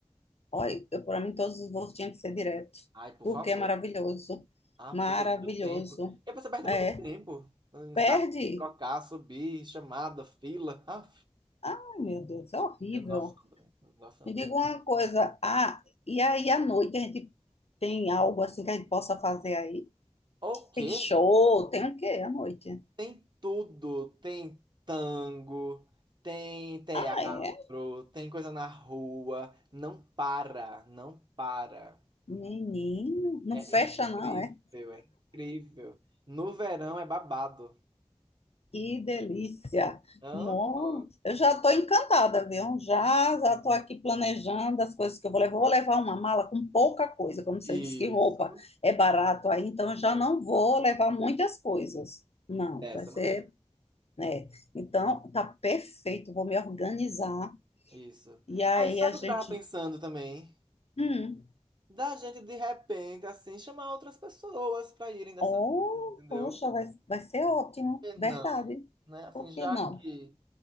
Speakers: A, on the left; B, on the right.
A: Olha, eu, para mim todos os voos tinham que ser direto,
B: Ai, por
A: porque
B: favor.
A: é maravilhoso.
B: Ah,
A: Maravilhoso.
B: perder muito tempo. E a pessoa perde muito
A: É,
B: tempo. em,
A: perde.
B: Sabe? Trocar, subir, chamada, fila. Ah,
A: Ai, meu Deus, é horrível.
B: eu não gosto não também. Não gosto não
A: Me
B: também.
A: diga uma coisa. Ah, e aí à noite a gente tem algo assim que a gente possa fazer aí?
B: O quê?
A: Tem show, tem o quê à noite?
B: Tem tudo. Tem tango, tem teatro,
A: Ah, é?
B: tem coisa na rua. Não para, não para.
A: Menino, não
B: É
A: fecha
B: incrível,
A: não, é?
B: é incrível. No verão é babado.
A: Que delícia.
B: Hã?
A: Mó,
B: Hã?
A: eu já estou encantada, viu? Já, já estou aqui planejando as coisas que eu vou levar. Vou levar uma mala com pouca coisa, como você
B: Isso.
A: disse que roupa é barato aí, então eu já
B: Exatamente.
A: não vou levar muitas coisas. Não,
B: Dessa
A: vai ser
B: maneira.
A: né? Então, tá perfeito, vou me organizar.
B: Isso.
A: E aí
B: Aí sabe
A: a gente,
B: o que eu tava pensando também?
A: hum,
B: Da gente de repente, assim, chamar outras pessoas pra irem dessa
A: oh,
B: vez, entendeu?
A: poxa, vai, vai ser ótimo,
B: Por que não?
A: verdade.
B: Né? Assim,
A: Por
B: já
A: que não?
B: que.